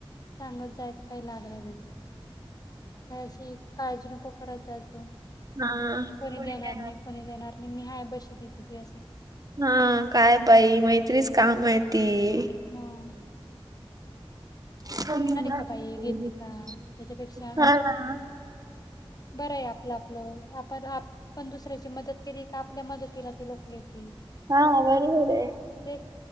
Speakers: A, on the left; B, on the right.
A: सांगत जायचं काही लागलं वेग काय अशी काळजी नको करत जाजो.
B: हा
A: कोणी देणार
B: हा
A: नाही कोणी देणार नाही मी हाय बशी ली ईथ तुझ्यासाठी.
B: हा काय बाई मैत्रीच काम येती.
A: हम्म.
B: <unintelligible>
A: का बाई घेते का त्याच्यापेक्षा बरं आहे आपलं आपलं आपण आपण दुसऱ्याची मदत केली आपल्या मदतीला त लोक येतील.
B: हा बरोबर ये.
A: तेच